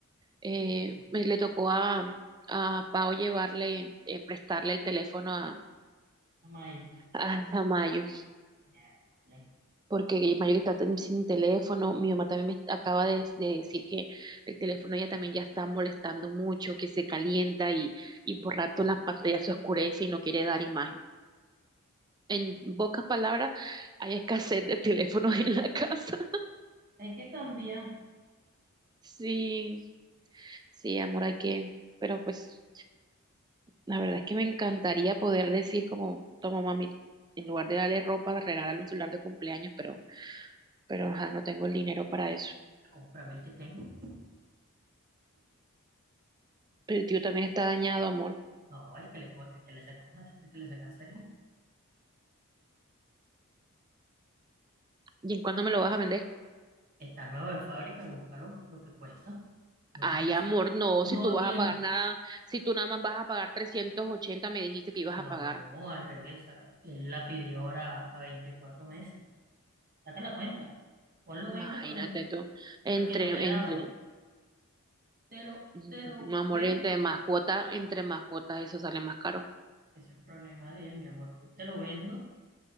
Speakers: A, on the right; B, on the right.
A: Eh,
B: Así es,
A: me- le tocó a, a Pau llevarle, eh, prestarle el teléfono a,
B: Amay,
A: a, a Mayo,
B: miércoles.
A: porque Mayo está tan- sin teléfono. Mi mamá también me acaba de, de decir que el teléfono ella también ya está molestando mucho, que se calienta y, y por rato las pantallas se oscurece y no quiere dar imagen. En pocas palabras, hay escasez de teléfonos <laughs> en la casa.
B: Hay que cambiar.
A: Sí, Sí, amor, hay que, pero pues la verdad es que me encantaría poder decir como, toma mami, en lugar de darle ropa, regalarle un celular de cumpleaños, pero, pero ajá, no tengo el dinero para eso.
B: Cómprame el que tengo.
A: Pero el tío también está dañado, amor.
B: No, el que le, co- el que le sacamos, a- el que le saca a Sergio.
A: ¿Y en cuándo me lo vas a vender?
B: Está nuevo de fábrica, búscalo, lo que cuesta. No
A: Ay,
B: tiene,
A: amor, no,
B: no
A: si tú vas
B: tiene,
A: a pagar nada, si tú nada más vas a pagar 380 me dijiste que ibas
B: No,
A: a pagar.
B: al revés, saca- él la pidió ahora a 24 meses. Saca la cuenta, ponlo
A: Imagínate
B: 20 por 20,
A: tú, entre,
B: porque no le daba.
A: entre,
B: Te lo,
A: mm,
B: te lo
A: amor,
B: vendo,
A: entre más cuota, entre más cuotas eso sale más caro.
B: eso es problema de él, mi amor. Yo te lo vendo